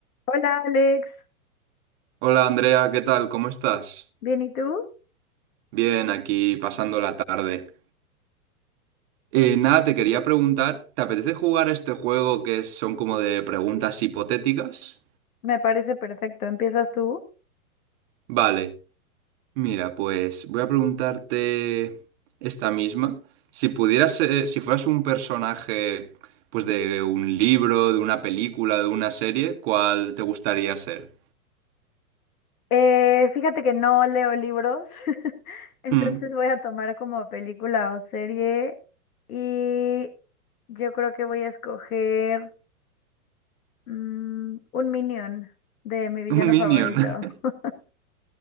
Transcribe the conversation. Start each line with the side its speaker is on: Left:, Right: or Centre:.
Left: Hola Alex,
Right: Hola Andrea, ¿qué tal? ¿Cómo estás?
Left: ¿bien y tú?
Right: Bien, aquí pasando la tarde. Eh, nada, te quería preguntar, ¿te apetece jugar a este juego que es- son como de preguntas hipotéticas?
Left: Me parece perfecto, empiezas tú.
Right: Vale, mira, pues voy a preguntarte esta misma. Si pudieras, eh, si fueras un personaje, pues de un libro, de una película, de una serie, ¿cuál te gustaría ser?
Left: Eh, fíjate que no leo libros, <laughs> entonces
Right: Mm,
Left: voy a tomar como película o serie y yo creo que voy a escoger mm, un Minion de mi villano
Right: un minion.
Left: favorito.
Right: <laughs>
Left: <laughs>